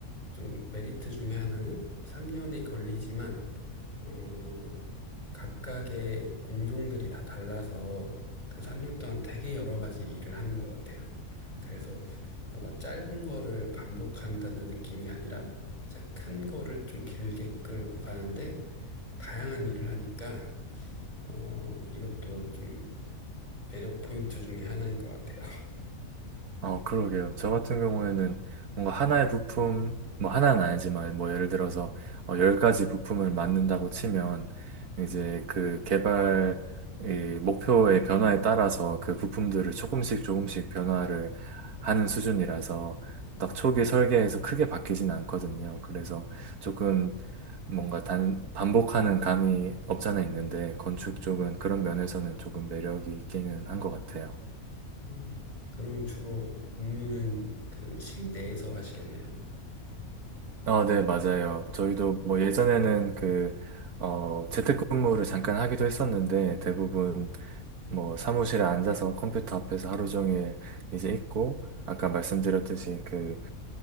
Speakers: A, on the left; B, on the right.
A: 좀 메리트 중에 하나는 3년이 걸리지만, 어, 각각의 공종들이 다 달라서 그 3년 동안 되게 여러 가지 일을 하는 것 같아요. 그래서 뭐가 짧은 거를 반복한다는 느낌이 아니라 진짜 큰 거를 좀 길게 끌고 가는데 다양한 일을 하니까, 어, 이것도 좀 매력 포인트 중에 하나인 것 같아요.
B: 어, 그러게요. 저 같은 경우에는 뭔가 하나의 부품, 뭐 하나는 아니지만 뭐 예를 들어서 어, 10가지 부품을 만든다고 치면 이제 그 개발 이 목표의 변화에 따라서 그 부품들을 조금씩 조금씩 변화를 하는 수준이라서 딱 초기 설계에서 크게 바뀌진 않거든요. 그래서 조금 뭔가 단, 반복하는 감이 없잖아 있는데 건축 쪽은 그런 면에서는 조금 매력이 있기는 한 것 같아요.
A: 음, 그러면 주로 근무는 그 실내에서 하시겠네요?
B: 아, 네, 맞아요. 저희도 뭐 예전에는 그, 어, 재택근무를 잠깐 하기도 했었는데 대부분 뭐 사무실에 앉아서 컴퓨터 앞에서 하루 종일 이제 있고 아까 말씀드렸듯이 그